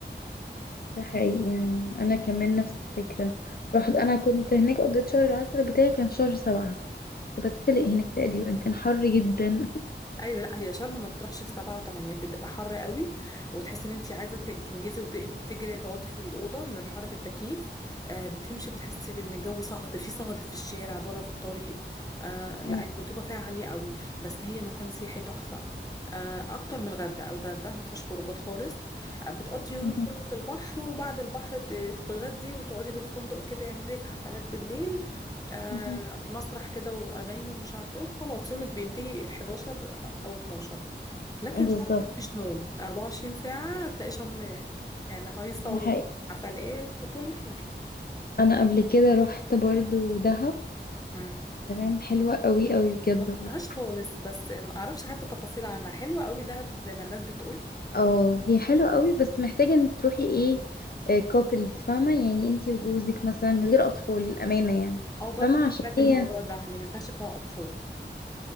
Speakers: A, on the left; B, on the left.
A: ده حقيقي انا كمان نفس الفكرة رحت انا كنت هناك قضيت شهر العسل بتاعي كان شهر سبعة كنت بتسلق هناك تقريبا كان حر جدا
B: ايوه لا هي شرم ما تطرحش في سبعة وثمانية بتبقى حر قوي وتحس ان انت عايزه ت- تنجزي وتجري تقعدي في الاوضه من الحر في التكييف آه بتمشي بتحسي بان الجو صهد في صهد في الشارع بره في الطريق آه
A: مم.
B: لا الرطوبه فيها عاليه قوي بس هي مكان سياحي تحفه آه اكتر من الغردقه الغردقه ما فيهاش خروجات خالص آه بتقضي يومك
A: مهم.
B: كله في البحر وبعد البحر ت- تتغدي وتقعدي في الفندق كده يعملوا لك حفلات بالليل آه
A: مهم.
B: مسرح كده واغاني ومش عارف ايه وخلاص يومك بينتهي 11 او 12 لكن
A: بالظبط
B: شرم مفيش نوم 24 ساعة هتلاقي شرم يعني هايصة
A: ده حقيقي
B: وحفلات وكل حاجة
A: انا قبل كده رحت برضو دهب
B: مم.
A: تمام حلوة قوي قوي بجد
B: ما
A: برضو
B: رحتهاش خالص بس ما اعرفش حتى تفاصيل عنها حلوة قوي دهب زي ما الناس بتقول
A: اه هي حلوة قوي بس محتاجة ان تروحي ايه كوبلز فاهمة يعني انتي وجوزك مثلا من غير اطفال الامانة يعني
B: او برضه
A: فاهمة عشان
B: سمعت الموضوع
A: هي
B: ده ان ما ينفعش فيها اطفال